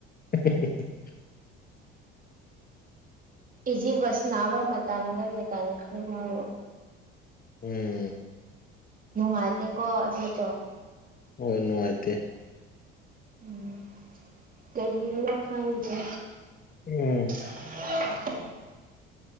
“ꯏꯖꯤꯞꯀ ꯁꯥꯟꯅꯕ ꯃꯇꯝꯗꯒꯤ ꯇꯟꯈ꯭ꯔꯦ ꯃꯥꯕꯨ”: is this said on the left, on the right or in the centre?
Right